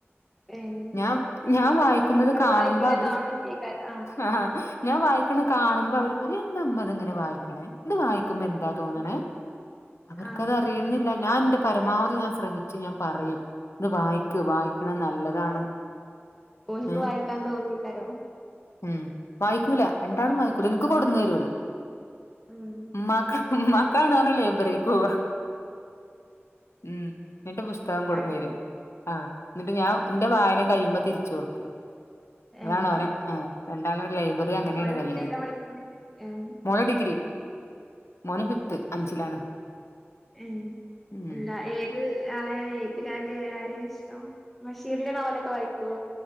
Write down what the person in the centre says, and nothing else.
ഏഹ്
അത്
കുട്ടികള്
വായിക്കണ
കാണുന്നേക്കാരം
ഉം.
ആഹ്
ഓലിക്ക്
വായിക്കാൻ തോന്നിട്ടരോ
ഉം
അങ്ങനെ
ഉം.
ഏഹ്
ഓള്
എത്രയിലാ പഠിക്കണെ ഏഹ്
ഉം
അല്ല ഏൽ ഏത് ആളെയാണ് എഴുത്തുകാരില് ആരെയാണ് ഇഷ്ടം ബഷീറിന്റെ നോവലൊക്കെ വായിക്കുവോ